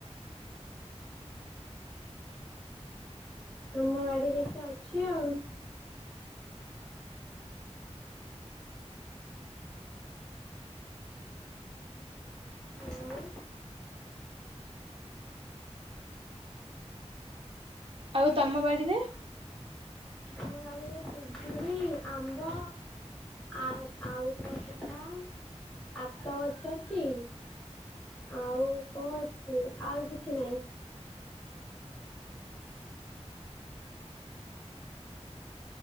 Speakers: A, in the centre; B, on the right.
A: ତମ ବାଡିରେ ବି ତ ଅଛି ଆଉ। ଆଉ
B: ଆଉ ତମ ବାଡ଼ିରେ?
A: ଆମ ବାଡିରେ ପିଜୁୁଳି, ଆମ୍ବ। ଆ ଆଉ କଣ ସେଟା ଆତ ଗଛ ଅଛି? ଆଉ କଅ ଅଛି? ଆଉ କିଛି ନାଇଁ।